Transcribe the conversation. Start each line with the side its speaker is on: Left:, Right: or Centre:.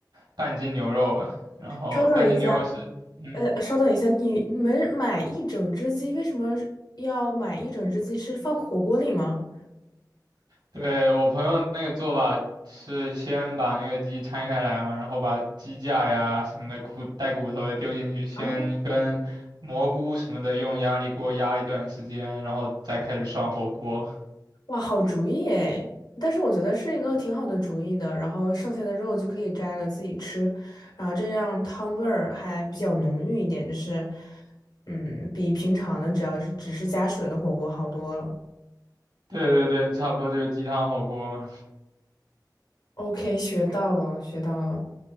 Right: 半斤牛肉吧。然后半斤牛肉是，
Left: 稍等一下，
Right: 嗯。
Left: 呃，稍等一下，你你们买一整只鸡，为什么是要买一整只鸡？是放火锅里吗？
Right: 对，我朋友那个做法是先把那个鸡拆开来嘛，然后把鸡架呀什么的骨带骨头的丢进去，先跟蘑菇什么的用压力锅压一段时间，
Left: 啊，
Right: 然后再开始涮火锅。
Left: 哇，好主意诶！但是我觉得是一个挺好的主意的，然后剩下的肉就可以摘了自己吃，然后这样汤味儿还比较浓郁一点，就是，嗯，比平常的只要是只是加水的火锅好多了。
Right: <laughs> 对对对，差不多就是鸡汤火锅嘛。
Left: OK，学到了，学到了。